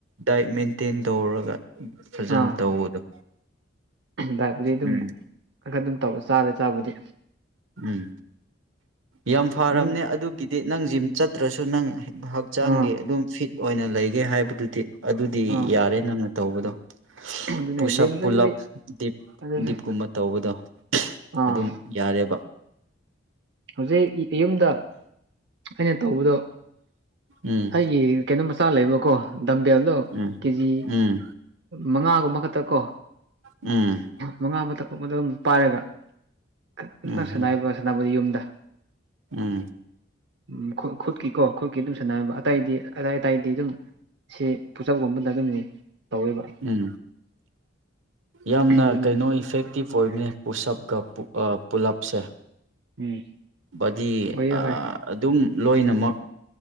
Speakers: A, on the right (about 80°); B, on the right (about 60°).
A: ꯗꯥꯏꯠ ꯃꯦꯟꯇꯦꯟ ꯇꯧꯔꯒ ꯐꯖꯟ
B: ꯑꯥ
A: ꯇꯧꯑꯣ ꯑꯗꯣ
B: ꯗꯥꯏꯠꯄꯨꯗꯤ ꯑꯗꯨꯝ
A: ꯎꯝ
B: ꯈꯔ ꯈꯔ ꯑꯗꯨꯝ ꯇꯧꯔ ꯆꯥꯔꯦ ꯆꯥꯕꯗꯤ
A: ꯎꯝ ꯌꯥꯝ ꯐꯔꯝꯅꯦ
B: ꯃꯤ
A: ꯑꯗꯨꯒꯤ ꯗꯤ ꯅꯪ ꯖꯤꯝ ꯆꯠꯇ꯭ꯔꯁꯨ ꯅꯪ ꯍꯛꯆꯥꯡꯒꯤ
B: ꯑꯥ
A: ꯑꯗꯨꯝ ꯐꯤꯠ ꯑꯣꯏꯅ ꯂꯩꯒꯦ ꯍꯥꯏꯕꯗꯨꯗꯤ ꯑꯗꯨꯗꯤ
B: ꯑꯥ
A: ꯌꯥꯔꯦ ꯅꯪꯅ ꯇꯧꯕꯗꯣ
B: ꯑꯗꯨꯅꯦ
A: ꯄꯨꯁꯞ
B: ꯖꯤꯝ
A: ꯄꯨꯜꯂꯞ
B: ꯆꯠꯂꯗꯤ
A: ꯗꯤꯞ
B: ꯑꯗꯨꯅꯦ
A: ꯗꯤꯞꯀꯨꯝꯕ ꯇꯧꯕꯗꯣ
B: ꯑꯥ
A: ꯑꯗꯨꯝ ꯌꯥꯔꯦꯕ
B: ꯍꯧꯖꯤꯛ <unintelligible> ꯌꯨꯝꯗ ꯑꯩꯅ ꯇꯧꯕꯗꯣ
A: ꯎꯝ
B: ꯑꯩꯒꯤ ꯀꯩꯅꯣ ꯃꯆꯥ ꯂꯩꯕꯀꯣ ꯗꯝꯕꯦꯜꯗꯣ
A: ꯎꯝ
B: ꯀꯦꯖꯤ
A: ꯎꯝ
B: ꯃꯉꯥꯒꯨꯝꯕ ꯈꯛꯇ ꯀꯣ
A: ꯎꯝ
B: ꯃꯉꯥ ꯑꯃ <unintelligible> ꯄꯥꯏꯔꯒ ꯈꯟꯅꯥ
A: ꯎꯝ
B: ꯁꯟꯅꯩꯕ ꯁꯥꯅꯕꯨꯗꯤ ꯌꯨꯝꯗ
A: ꯎꯝ
B: ꯎꯝ ꯈꯨ ꯈꯨꯠꯀꯤꯀꯣ ꯈꯨꯠꯀꯤ ꯑꯗꯨꯝ ꯁꯥꯟꯅꯕ ꯑꯇꯩꯗꯤ ꯑꯇꯩꯇꯩꯗꯤ ꯑꯗꯨꯝ ꯁꯤ ꯄꯨꯁꯞꯀꯨꯝꯕꯗ ꯑꯗꯨꯝꯅꯤ ꯇꯧꯋꯦꯕ
A: ꯎꯝ ꯌꯥꯝꯅ
B: ꯂꯣꯏꯅꯅ
A: ꯀꯩꯅꯣ ꯏꯐꯦꯛꯇꯤꯞ ꯐꯣꯏꯕꯅꯦ ꯄꯨꯁꯞ ꯀ ꯑꯥ ꯄꯨꯜꯂꯞꯁꯦ
B: ꯎꯝ
A: ꯕꯗꯤ
B: ꯑꯣꯏꯌꯦ ꯍꯣꯏ
A: ꯑꯗꯨꯝ ꯂꯣꯏꯅꯃꯛ